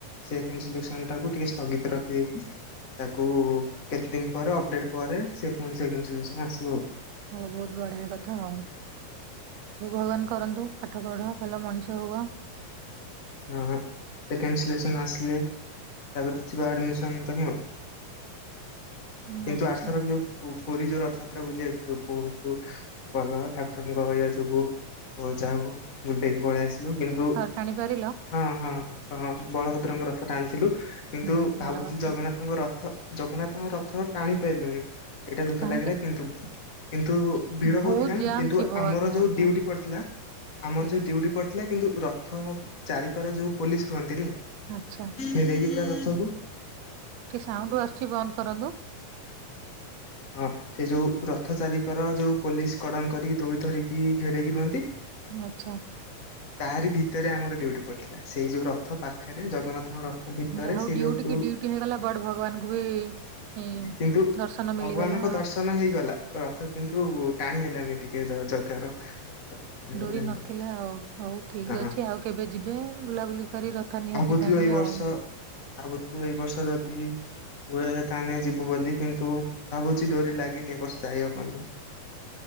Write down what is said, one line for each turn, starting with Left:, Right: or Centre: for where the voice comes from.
Left: ସେକେଣ୍ଡ ସିଲେକ୍ସନ ଟାକୁ ଟିକେ ସ୍ଥଗିତ ରଖିଦେଇକି ତାକୁ କେତେ ଦିନ ପରେ ଅପଡେଟ ପରେ ସେ ପୁଣି ସେକେଣ୍ଡ ସିଲେକ୍ସନ ଆସିବ ଆଉ।
Right: ହଉ ବହୁତ ବଢିଆ କଥା ଆଉ। ହ ଭଗବାନ କରନ୍ତୁ ପାଠ ପଢ ଭଲ ମଣିଷ ହୁଅ।
Left: ହ ସେକେଣ୍ଡ ସିଲେକ୍ସନ ଆସିଲେ ତାପଛରେ ଯିବ ଆଡମିସନ। ତହିଁ ଆଉ
Right: ହୁଁ,
Left: କିନ୍ତୁ
Right: ଆଚ୍ଛା
Left: ଆରଥରକ ଯୋଉ ପୁ ପୁରୀ ଯୋଉ ରଥଯାତ୍ରା ବୁଲି ଯାଇଥିଲୁ ବହୁତ ଭଲ ଠାକୁରଙ୍କ ଏଇଆ ଯବୁ ହଉ ଯାହାହୋଉ ବୁଲିଦେଇକି ପଳେଇ ଆସିଲୁ କିନ୍ତୁ
Right: ଟାଣିପାରିଲ?
Left: ହଁ ହଁ ହଁ ବଳଭଦ୍ରଙ୍କ ରଥ ଟାଣିଥିଲୁ କିନ୍ତୁ
Right: ହୁଁ ଭଲ
Left: ଭାବୁଥିଲୁ
Right: କଥା
Left: ଜଗନ୍ନାଥଙ୍କ ର ରଥ, ଜଗନ୍ନାଥଙ୍କ ରଥ ଟାଣି ପାଇଲୁନି ଏଇଟା ଦୁଃଖ
Right: କାହିଁକି
Left: ଲାଗିଲା କିନ୍ତୁ। କିନ୍ତୁ ଭିଡ ବହୁତଥିଲା
Right: ବହୁତ
Left: ନା
Right: ଜାମ୍
Left: ।କିନ୍ତୁ
Right: ଥିବ
Left: ଆମର
Right: ଆଜ୍ଞା
Left: ଯୋଉ
Right: ଆଜ୍ଞା
Left: ଡ୍ୟୁଟି ପଡିଥିଲା, ଆମର
Right: ଆଜ୍ଞା
Left: ଯୋଉ ଡ୍ୟୁଟି ପଡିଥିଲା। ଥିଲା କିନ୍ତୁ ରଥ ଚାରିିକର ଯୋଉ ପୋଲିସ ରୁହନ୍ତିନି?
Right: ଆଚ୍ଛା
Left: ଘେରକି ପୁରା ସବୁ।
Right: ଟିକେ ସାଉଣ୍ଡ ଆସୁଛି ବନ୍ଦ କରନ୍ତୁ।
Left: ହଁ ସେ ଯୋଉ ରଥ ଚାରିଙ୍କର ଯୋଉ ପୋଲିସ କଡନ କରିକି ଦୋଉଡି ଧରିକି ଘେରଇକି ରୁହନ୍ତି।
Right: ଆଚ୍ଛା।
Left: ତାରି ଭିତରେ ଆମର ଡ୍ୟୁଟି ପଡିଥିଲା। ସେଇ ଯୋଉ ରଥ ପାଖରେ ଜଗନ୍ନାଥଙ୍କ ରଥ ଭିତରେ
Right: ଯାହା ହଉ
Left: ସେ
Right: ଡ୍ୟୁଟି
Left: ଯୋଉୁ-ହଁ
Right: କି ଡ୍ୟୁଟି ହେଇଗଲା ବଟ ଭଗବାନଙ୍କୁ ବି ଇ,
Left: କିନ୍ତୁ
Right: ଦର୍ଶନ ମିଳିଗଲା
Left: ଭଗବାନଙ୍କ ଦର୍ଶନ ହେଇଗଲା। ରଥ କିନ୍ତୁ ଟାଣି ହେଲାନି ଟିକେ ଜଗାର। ରଥ ଟାଣି
Right: ଡୋରି
Left: ହେଲାନି
Right: ନଥିଲା, ଆଉ ହଉ ଠିକ
Left: ହଁ
Right: ଅଛି ଆଉ କେବେ ଯିବେ ବୁଲାବୁଲି କରି ରଥ ନିହାତି
Left: ଭାବୁଥିଲୁ
Right: ଟାଣିବେ
Left: ଏଇ ବର୍ଷ
Right: ଆଉ।
Left: ଭାବୁଥିଲୁ ଏଇ ବର୍ଷ ଯଦି ହୁଏ ତାହେଲେ ଯିବୁ ବୋଲି କିନ୍ତୁ ଭାବୁଛି ଡୋରି ଲାଗିନି ଏ ବର୍ସ ଯାଇ ହବନି।